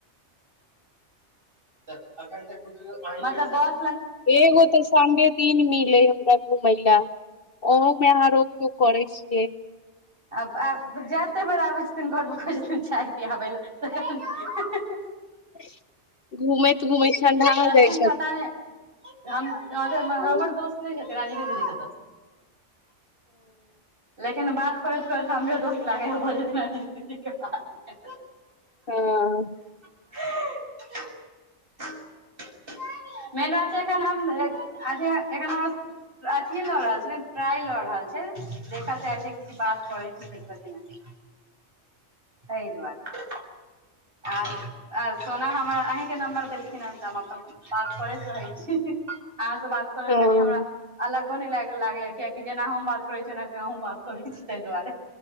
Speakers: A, on the right; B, on the left.
A: ख त त एखइते कुछ मतलब बस
B: एगो तऽ संडे दिन मिलै हमरा घुमय लए ओहोमे अहाँ रोक टौक करै छियै
A: आब आब जते बेर आबै छथिन घरमे कहै छथिन चाय पिआबै ल
B: <unintelligible> घूमैत ठंडा
A: छथिन
B: जाइ
A: पता नहि
B: हँ
A: हमर दोस्त नहि हेथिन लेकिन बात <unintelligible> करैत करैत हमरे दोस्त लागैया भऽ जेथिन बात मे
B: हँ
A: <unintelligible> मेन बात छै एखन हम अथी एखन हम अथी ल रहल छी ट्रायल ल रहल हाल छै देखा चाहै छै कथी बात करै छै कथी नहि तै दुआरे आ सोना हमर अहीँके नम्बर देलखिन हेन तऽ हम अपन बात करैत रहै छी अहाँ से बात करे मे
B: हँ
A: कनि हमरा अलग नहि ल लागैया कियाकि जेना हम बात करै छी तेनाहिते अहुं बात करै छी ताहि दुआरे